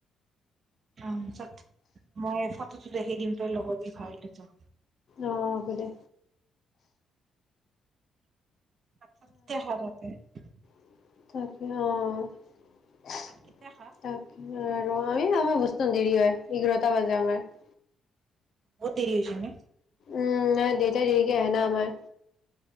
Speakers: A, on the right; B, on the left.
A: তাপিছত মই ফটোটো দেখি দিম তই লগাবি ভাল হৈ যাব।
B: অঁ' হ'ব দে।
A: <unintelligible>
B: <unintelligible> তাক- আৰু ৰ আমি
A: ভাত কেতিয়া
B: আমাৰ
A: খা?
B: বস্তম দেৰি হয়, এঘাৰটা বাজে আমাৰ।
A: বহুত দেৰি হৈছে নে।
B: উমঁ' নাই দেউতাই দেৰিকে আহে না আমাৰ।